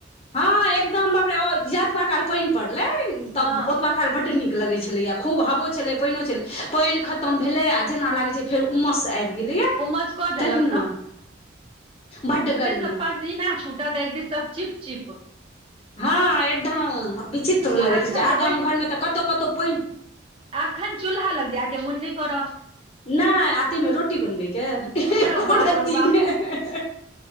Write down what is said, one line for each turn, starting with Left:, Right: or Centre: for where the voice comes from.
Left: हँ एकदम बापड़े जतबा काल पइन पड़ले तब
Right: हँ
Left: ओतबा ल बड्ड नीक लगै छलैए खूब हवो छलै पइनो छलै पइन खतम भेलै आ जेना लागय छय फेर उमस आइब गेल य
Right: उमस कऽ देलक
Left: तहिना बड गर्मी
Right: सप्पा सीना छुटत एक दीस स चिप चिप
Left: हँ एकदम विचित्र लगैत
Right: एखन
Left: रहै छै
Right: तऽ
Left: आ गाम घरमे तऽ कतहु कतहु पइन
Right: अखन चूल्हा लग जायके मोन नय करत
Left: नय आ तयमें रोटी बनबैके एको
Right: आरो बाप
Left: रति
Right: रौ
Left: नय